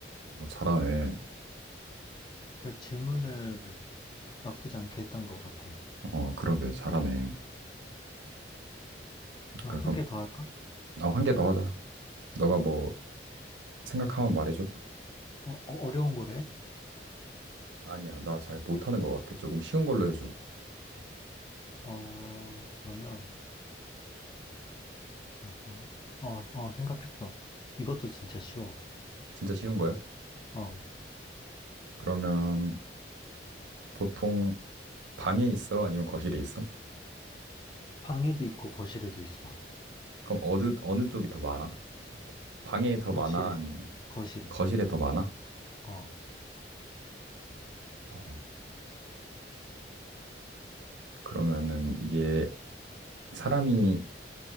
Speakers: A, on the right; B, on the left.
A: 어, 잘하네.
B: 그 질문을 나쁘지 않게 했던 것 같아.
A: 어, 그러게, 잘하네.
B: 아,
A: 그럼,
B: 한 개 더 할까?
A: 나 한 개 더 하자. 너가 뭐, 생각하면 말해줘.
B: 어, 어, 어려운 거래?
A: 아니야, 나 잘 못하는 것 같아. 조금 쉬운 걸로 해줘.
B: 어, 그러면, 아, 뭐지? 어, 어, 생각했어. 이것도 진짜 쉬워.
A: 진짜 쉬운 거야?
B: 어,
A: 그러면, 보통, 방에 있어? 아니면 거실에 있어?
B: 방에도 있고 거실에도 있어. 음.
A: 그럼 어느, 어느 쪽이 더 많아? 방에 더
B: 거실에,
A: 많아? 아니면
B: 거실에.
A: 거실에 더 많아?
B: 어,
A: 어, 그러면은, 이게, 사람이